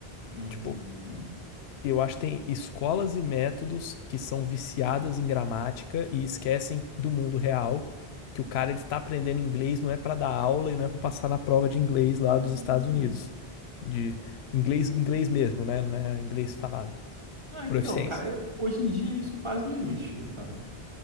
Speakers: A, on the right; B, on the left.
A: Uhum.
B: Tipo, eu acho que tem escolas e métodos que são viciadas em gramática e esquecem do mundo real, que o cara ele está aprendendo inglês não é pra dar aula e não é pra passar na prova de inglês lá
A: Uhum.
B: dos Estados Unidos. De inglês, inglês mesmo, né? Não é inglês falado.
A: Ah, então,
B: Proficiência.
A: cara, eu- hoje em dia isso quase não existe, viu, cara?